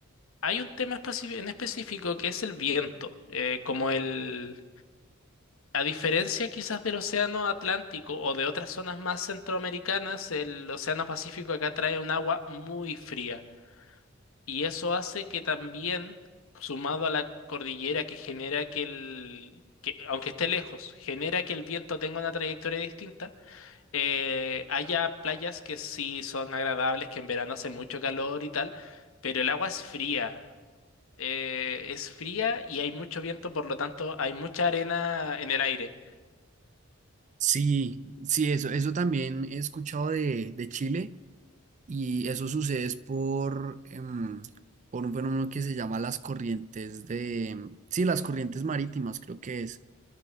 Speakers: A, on the left; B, on the right.
A: hay un tema especi- en específico que es el viento, eh, como el, a diferencia quizás del Océano Atlántico o de otras zonas más centroamericanas, el Océano Pacífico acá trae un agua muy fría y eso hace que también, sumado a la cordillera que genera que el, que, aunque esté lejos, genera que el viento tenga una trayectoria distinta, eh, haya playas que sí son agradables, que en verano hace mucho calor y tal, pero el agua es fría. eh, es fría y hay mucho viento, por lo tanto hay mucha arena en el aire.
B: Sí, sí, eso, eso también he escuchado de, de Chile y eso sucede es por, em, por un fenómeno que se llama las corrientes de, em, sí, las corrientes marítimas creo que es.